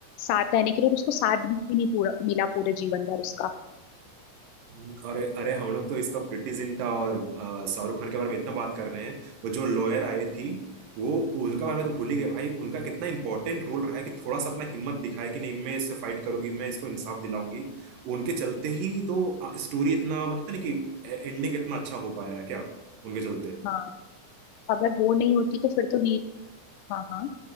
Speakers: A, on the left (about 80°); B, on the right (about 75°).
A: साथ रहने के लिए और उसको साथ भी नहीं पूरा मिला पूरे जीवन भर उसका
B: हम्म, अरे अरे हम लोग तो इसका प्रीति जिंटा और अ, शाहरुख खान के बारे में इतना बात कर रहे हैं वो जो लॉयर आई थी वो उनका बारे में तो भूल ही गए भाई उनका कितना इंपॉर्टेंट रोल रहा है कि थोड़ा सा अपना हिम्मत दिखाए कि नहीं मैं इससे फाइट करूंगी मैं इसको इंसाफ दिलाऊंगी उनके चलते ही तो स्टोरी इतना मतलब नहीं कि एंडिंग इतना अच्छा हो पाया है क्या उनके चलते
A: हाँ अगर वो नहीं होती तो फिर तो वीर हाँ हाँ